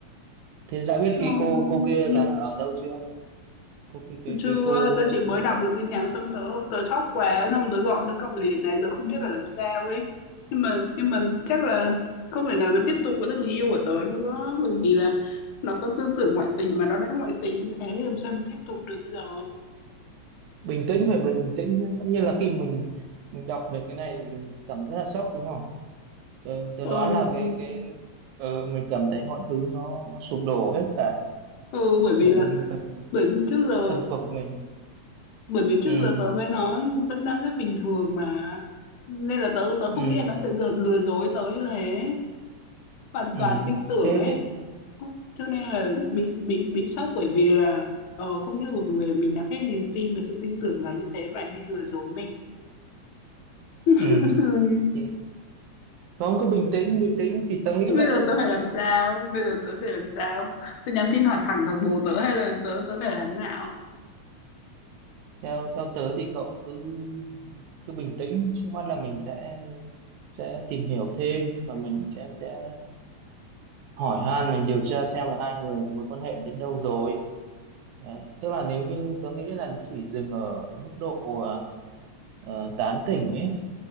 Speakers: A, on the right; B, on the left.
A: thế đã biết
B: Không,
A: cái cô cô kia
B: nhưng
A: là ở đâu chưa cô cái cái
B: chưa
A: cái cô
B: tớ chỉ mới đọc được tin nhắn xong tớ tớ sốc quá xong tớ gọi cho cậu liền này giờ không biết phải làm sao ấy nhưng mà nhưng mà chắc là không thể nào mà tiếp tục với thằng người yêu của tớ nữa bởi vì là nó có tư tưởng ngoại tình mà nó đã ngoại tình như thế thì làm sao mà tiếp tục được bây giờ
A: bình tĩnh phải bình tĩnh chứ tất nhiên là khi mình mình đọc được cái này mình cảm thấy rất là sốc đúng không Tớ, tớ
B: ồ
A: đoán là cái cái ờ, mình cảm thấy mọi thứ nó nó sụp đổ hết cả
B: ừ, bởi vì
A: kiểu
B: là
A: như những người
B: bởi vì trước giờ
A: thân thuộc mình
B: bởi vì trước
A: ừ
B: giờ tớ với nó vẫn đang rất bình thường mà nên là tớ tớ không
A: ừ
B: nghĩ là nó sẽ giờ lừa dối tớ như thế hoàn
A: ừ
B: toàn tin tưởng
A: thế
B: ấy
A: thế
B: Ốc, cho nên là bị bị bị sốc bởi vì là ờ, không nghĩ là một người mình đặt hết niềm tin và sự tin tưởng vào như thế mà lại đi lừa dối mình
A: ừ
B: <laughs>
A: thế. không cứ bình tĩnh bình tĩnh thì tớ nghĩ
B: Thế
A: là
B: bây giờ tớ phải làm sao bây giờ tớ phải làm sao tớ nhắn tin hỏi thẳng thằng bồ tớ hay là tớ tớ phải làm nào
A: theo theo tớ thì cậu cứ cứ bình tĩnh trước mắt là mình sẽ sẽ tìm hiểu thêm và mình sẽ sẽ hỏi han mình điều tra xem là hai người cái mối quan hệ đến đâu rồi đấy tức là nếu như tớ nghĩ là chỉ dừng ở cái mức độ ờ, ờ, tán tỉnh ấy